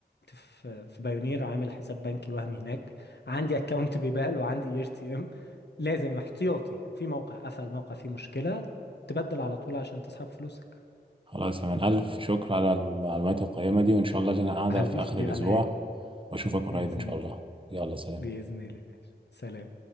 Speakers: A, on the left (about 70°); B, on the right (about 30°).
A: في في بايونير عامل حساب بنكي وهمي هناك عندي اكونت بيبال وعندي اي تي ام لازم احتياطي في موقع قفل موقع فيه مشكله تبدل على طول عشان تسحب فلوسك
B: خلاص يا مان الف شكر على المعلومات القيمه دي وان شاء الله لنا قاعده
A: حبيبي
B: في اخر الاسبوع
A: على ايه
B: واشوفك قريب
A: بإذن
B: ان شاء
A: الله
B: الله يلا سلام
A: بإذن الله ماشي سلام